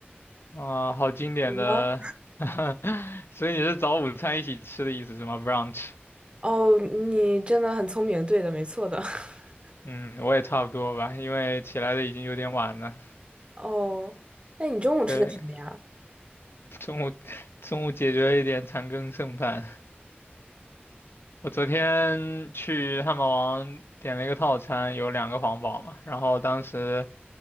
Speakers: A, on the left; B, on the right.
A: 啊，好经典的，
B: 你呢？
A: <laughs> 所以你是早午餐一起吃的意思是吗？brunch。
B: 哦，你真的很聪明，对的，没错的。<laughs>
A: 嗯，我也差不多吧，因为起来的已经有点晚了。
B: 哦，那你中午吃的什么呀？
A: 对，中午中午解决了一点残羹剩饭。我昨天去汉堡王点了一个套餐，有两个皇堡嘛，然后当时